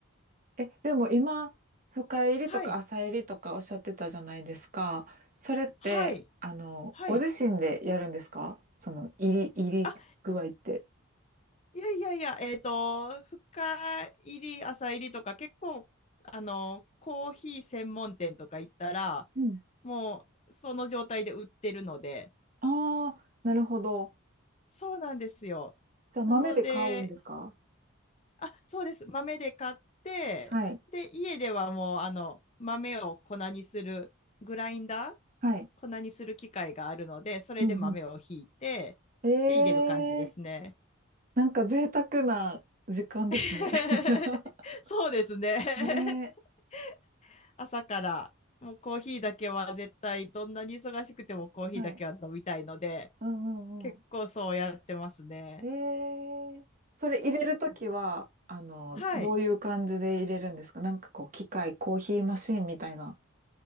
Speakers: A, on the right; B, on the left.
A: え、でも今、深入りとか浅入りとかおっしゃってたじゃないですか。
B: はい。
A: それって、
B: はい。
A: あの、
B: はい。
A: ご自身でやるんですかその入り、入り具合って。
B: あ、いやいやいや、えっと、深入り、浅入りとか結構、あの、コーヒー専門店とか行ったら、
A: うん。
B: もうその状態で売ってるので、
A: ああ、なるほど。
B: そうなんですよ。
A: じゃあ豆で買うんですか
B: なので、あ、そうです。豆で買って、
A: はい。
B: で、家ではもう、あの、豆を粉にする、グラインダー、
A: はい。
B: 粉にする機械があるので、それで豆をひいて、
A: うんうん。えー、
B: で、入れる感じですね。
A: なんか贅沢な時間ですね。
B: <laughs>
A: <laughs>
B: そうですね。
A: ね
B: <laughs> 朝から、もうコーヒーだけは絶対、どんなに忙しくてもコーヒーだけは飲みたいので、
A: え。はい。うんうんうん。
B: 結構そうやってますね。
A: えー、それ入れるときは、
B: うん。
A: あの、
B: はい。
A: どういう感じで入れるんですかなんかこう、機械、コーヒーマシーンみたいな、